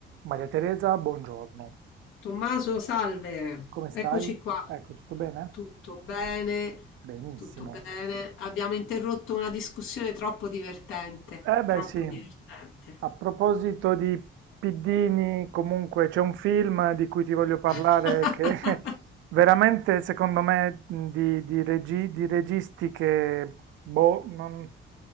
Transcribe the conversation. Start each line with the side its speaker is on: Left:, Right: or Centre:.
Right: Maria Teresa Buongiorno,
Left: Tommaso, salve,
Right: come stai?
Left: eccoci qua.
Right: Ecco, tutto bene?
Left: Tutto bene?
Right: Benissimo.
Left: Tutto bene? Abbiamo interrotto una discussione troppo divertente,
Right: Eh beh
Left: troppo
Right: sì,
Left: divertente.
Right: a proposito di piddini, comunque c'è un film di cui ti voglio parlare
Left: <laughs>
Right: che <laughs> veramente secondo me mh, di, di regi- di registi che boh, non,